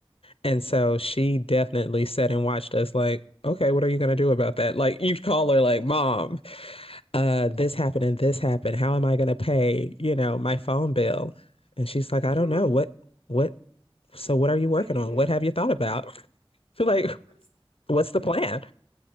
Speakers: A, on the left; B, on the right.
A: And so she definitely sat and watched us like, okay, what are you going to do about that? Like you call her like, mom, uh, this happened and this happened. How am I going to pay, you know, my phone bill? And she's like, I
B: Mm-hmm.
A: don't know. What, what so, what are you
B: Can
A: working
B: you
A: on?
B: do?
A: What have you thought about? <laughs> Like,
B: That's
A: what's the
B: yep.
A: plan?